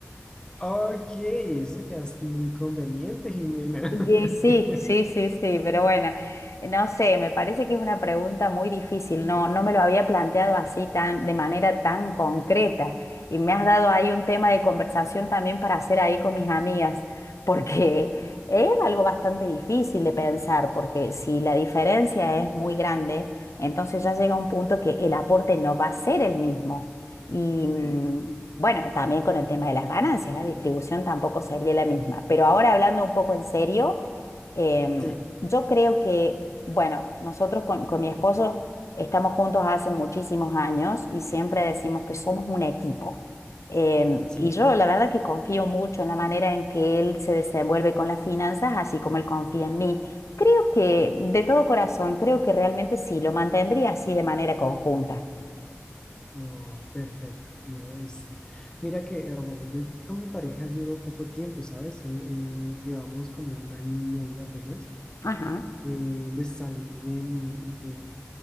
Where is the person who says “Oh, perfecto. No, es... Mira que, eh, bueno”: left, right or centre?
Left